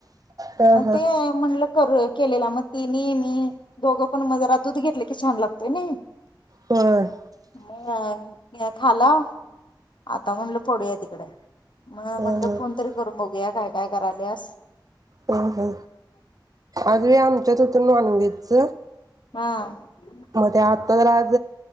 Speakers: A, on the right; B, on the left.
A: ह
B: मग
A: ह
B: ते म्हटलं. केलेला मग ति नेह मी दोघं पण म जरा दूध घेतले की छान लागतोय नाही.
A: हम
B: ह या खला आता म्हणलं. पुोडूया तिकडे म
A: ह ह
B: म्हणलं फोन तरी करू बघूया काय काय कराल्यास?
A: हम ह आज आमच्यात हो नॉनव्हेजच
B: हम.
A: मग ते आत्ता जर आज